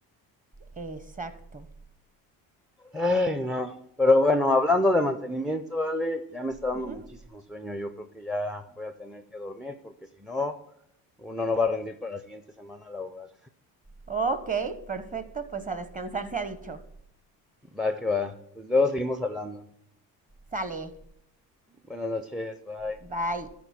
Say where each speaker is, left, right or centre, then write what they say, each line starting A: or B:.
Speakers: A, on the right; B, in the centre.
A: exacto.
B: Ay, no. Pero bueno, hablando de mantenimiento, Ale, ya me está dando
A: Ujú.
B: muchísimo sueño. Yo creo que ya voy a tener que dormir porque si no... Uno no va a rendir para la siguiente semana laboral.
A: Ok, perfecto, pues a descansar se ha dicho.
B: Va que va. Pues luego seguimos hablando.
A: Sale,
B: Buenas noches, bye.
A: bye.